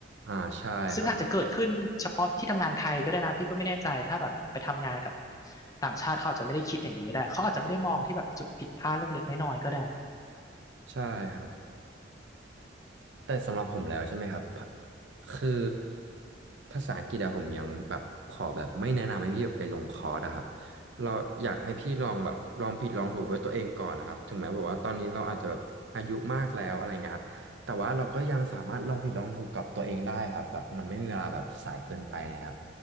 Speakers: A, on the right; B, on the left.
A: อ่าใช่ครับ
B: ซึ่งอาจจะเกิดขึ้นเฉพาะที่ทำงานไทยก็ได้นะพี่ก็ไม่แน่ใจถ้าแบบไปทำงานกับต่างชาติเขาอาจจะไม่ได้คิดอย่างนี้ก็ได้เขาอาจจะไม่ได้มองที่แบบจุดผิดพลาดเล็กๆน้อยๆก็ได้
A: ใช่ครับ แต่สำหรับผมแล้วใช่ไหมครับพะคือภาษาอังกฤษอะผมยังแบบขอแบบไม่แนะนำให้พี่แบบไปลงคอร์สอะครับเราอยากให้พี่ลองแบบลองผิดลองถูกด้วยตัวเองก่อนนะครับถึงแม้แบบว่าตอนนี้เราอาจจะแบบอายุมากแล้วอะไรเงี้ยครับแต่ว่าเราก็ยังสามารถลองผิดลองถูกกับตัวเองได้ครับแบบมันไม่มีเวลาแบบสายเกินไปนะครับ